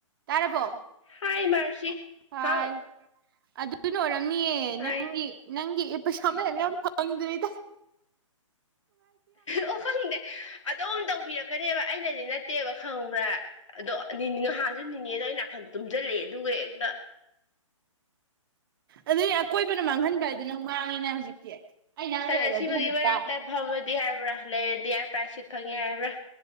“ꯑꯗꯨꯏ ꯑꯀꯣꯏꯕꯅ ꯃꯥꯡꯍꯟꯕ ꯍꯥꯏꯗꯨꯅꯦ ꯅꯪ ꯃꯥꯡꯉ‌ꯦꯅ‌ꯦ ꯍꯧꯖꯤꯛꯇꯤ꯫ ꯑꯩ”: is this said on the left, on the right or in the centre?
Right